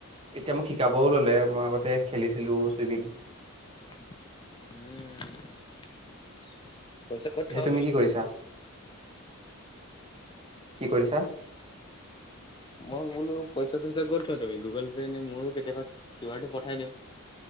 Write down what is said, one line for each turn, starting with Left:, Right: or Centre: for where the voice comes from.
Right: এতিয়া মোক শিকাবও ললে মই আগতে খেলিছিলো চুইমিং।
Left: উম। পইচা ক'ত
Right: পিছে
Left: থোৱা অ
Right: তুমি কি কৰিছা? কি কৰিছা?
Left: মই বোলো পইচা পাইচা চইচা ক'ত থোৱা তুমি? গুগল পে' নে মোৰো কেতিয়াবা কিউ আৰটো পঠাই দিওঁ।